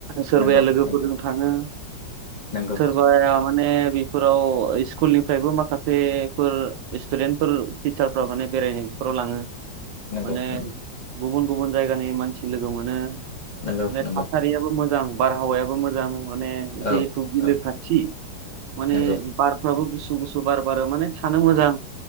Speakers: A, on the right; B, on the left.
A: सोरबाया
B: नंगौ
A: लोगोफोरजों
B: नंगौ
A: थाङो
B: नंगौ
A: सोरबाया माने फोराव स्कुलनिफ्रायबो माखासे फोर सटुडेन्टफोर टिचारफ्राव माने बेरायनायफोराव लाङो
B: नंगौ
A: माने
B: नंगौ
A: गुबुन गुबुन जायगानि मानसि लोगो मोनो
B: नंगौ
A: माने
B: नंगौ
A: थासारियाबो मोजां। बारहावायाबो मोजां माने जिहेथु
B: औ
A: बिलो
B: औ
A: खाथि माने
B: नंगौ
A: बारफ्राबो गोसो गुसु गुसु बार बारो माने थानो मोजां